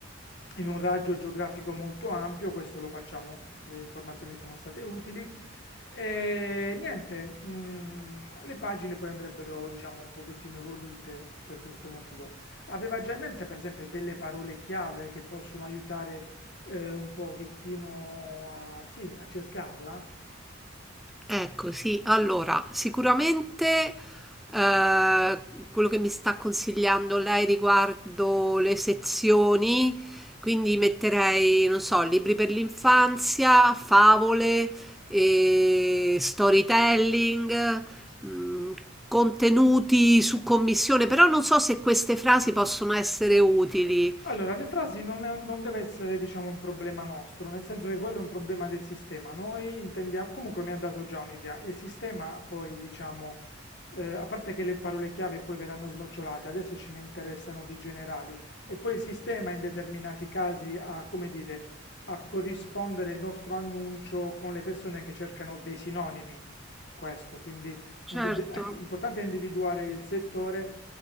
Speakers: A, on the left (about 60°); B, in the centre.
A: in un raggio geografico molto ampio, questo lo facciamo, le informazioni sono state utili. E niente, mh, le pagine poi andrebbero, diciamo, un pochettino evolute per questo motivo. Aveva già in mente, per esempio, delle parole chiave che possono aiutare eh, un pochettino a, sì, a cercarla?
B: Ecco, sì, allora, sicuramente eh, quello che mi sta consigliando lei riguardo le sezioni, quindi metterei, non so, libri per l'infanzia, favole, eh, storytelling, mh, contenuti su commissione, però non so se queste frasi possono essere utili.
A: Allora, le frasi non, è- non deve essere, diciamo, un problema nostro, nel senso che quello è un problema del sistema. Noi intendiamo, comunque mi ha dato già un'idea, il sistema poi, diciamo, eh, a parte che le parole chiave poi verranno snocciolate, adesso ce ne interessano di generali, e poi il sistema in determinati casi ha, come dire, a corrispondere il nostro annuncio con le persone che cercano dei sinonimi. Questo, quindi non
B: Certo.
A: dobbia- ecco, l'importante è individuare il settore